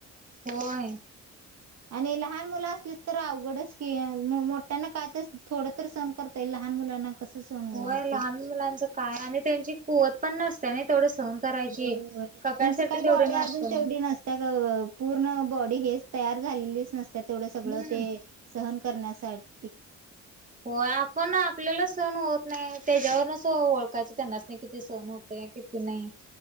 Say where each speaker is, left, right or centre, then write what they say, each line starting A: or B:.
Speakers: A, on the right; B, on the right.
A: होय
B: आणि लहान मुलं असली तर अवघडच क मोठ्यांना काय तर थोडं तर सण करता येईल लहान मुलांना कसं सहन होणार
A: होय लहान
B: ते
A: मुलांचं काय आणि त्यांची कुवत पण नसते ना तेथोडं सहन करायची.
B: हो
A: कपॅसिटी
B: त्यांच काही
A: तेवढी
B: बॉडी अजून
A: नसते
B: तेवढी नसते त्या पूर्ण बॉडी हेच तयार झालेलीच नसत तेवढं सगळं
A: हम्म.
B: ते सहन करण्यासाठी
A: हो आपण आपल्याला सण होत नाही त्याच्यावरनच ओळखायचं त्यांना किती सहण होते किती नाही